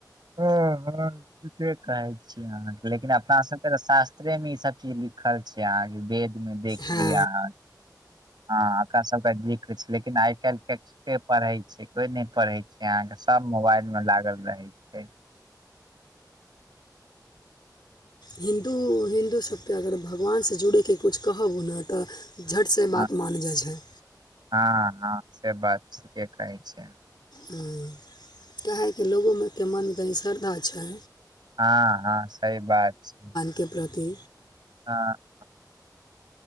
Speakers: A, on the right; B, on the left.
A: हँ हँ ठीके कहे छी अहाँ लेकिन अपना सब केँ शास्त्रे में ई सब चीज लि खल छै अहाँकेँ वेद में देख
B: हँ
A: लिय अहाँ हँ एकरा सबकेँ जे कुछ छैल आइ काइल केँ पड़हे छै कोई नै पड़हे छै छै अहाँ कऽ सब मोबाइल में लागल रहे छै
B: हिन्दू हिन्दू सब केँ अगर भगवान से जुड़य केँ कुछ कहब न तऽ झट से
A: हँ
B: बात मान जाइ छैय
A: हँ हँ से बात ठीके कहै छियै
B: हऽ काहेकि लोगो में केँ मन तनी श्रद्धा छै
A: हऽ हऽ सही बात छै
B: केँ प्रति
A: हऽ